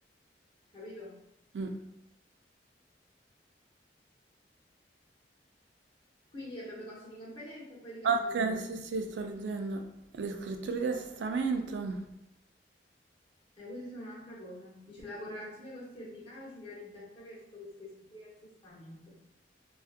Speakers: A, on the left (about 35°); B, on the right (about 80°).
A: capito?
B: Mm.
A: Quindi abbiamo i costi di competenza e poi i ricavi
B: Ok,
A: di competenza.
B: sì, sì, sto leggendo. Le scritture di assestamento.
A: Eh, queste sono un'altra cosa. Dice la correlazione costi e ricavi si realizza attraverso queste scritture di assestamento.